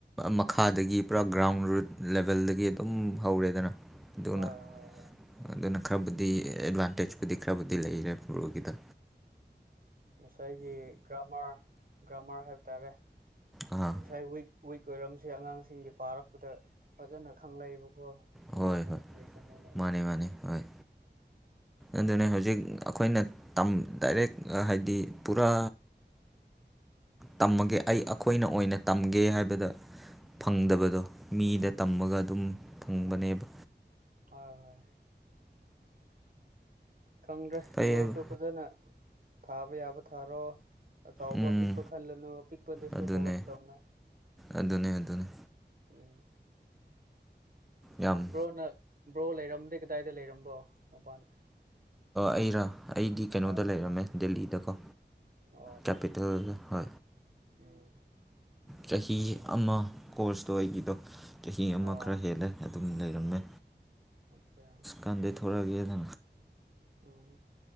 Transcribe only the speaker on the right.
ꯍꯣꯏ ꯍꯣꯏ ꯍꯣꯏ
ꯉꯁꯥꯏꯒꯤ ꯒ꯭ꯔꯥꯃꯥꯔ ꯒ꯭ꯔꯥꯃꯥꯔ ꯍꯥꯏꯕ ꯇꯥꯔꯦ
ꯉꯁꯥꯏ ꯋꯤꯛ ꯋꯤꯛ ꯑꯣꯏꯔꯝꯁꯦ ꯑꯉꯥꯡꯁꯤꯡꯒꯤ ꯄꯥꯔꯛꯄꯗ ꯐꯖꯅ ꯈꯪꯂꯛꯑꯕꯀꯣ
ꯔꯨꯜꯁ ꯁꯤꯡ
ꯑꯦꯟ ꯔꯦꯒꯨꯂꯦꯁꯟ ꯂꯣꯏꯅꯥ
ꯎꯝ
ꯍꯣꯏ ꯍꯣꯏ ꯈꯪꯗ꯭ꯔꯦ
ꯕ꯭ꯔꯣꯁꯨ ꯐꯖꯅ ꯊꯥꯕ ꯌꯥꯕ ꯊꯥꯔꯣ ꯑꯆꯕ
ꯑꯄꯤꯛꯄ ꯈꯜꯂꯅꯨ ꯑꯄꯤꯛꯄꯗꯁꯨ
ꯍꯧꯔꯛꯇꯕꯅꯦ
ꯎꯝ
ꯕ꯭ꯔꯣꯅ ꯕ꯭ꯔꯣ ꯂꯩꯔꯝꯗꯦ ꯀꯗꯥꯏꯗ ꯂꯩꯔꯝꯕ꯭ꯔꯣ ꯃꯄꯥꯟ
ꯍꯣꯏ
ꯑꯣ ꯑꯠꯆꯥ
ꯑꯠꯆꯥ ꯑꯆꯥ
ꯎꯝ
ꯑꯣ
ꯑꯆꯥ
ꯎꯝ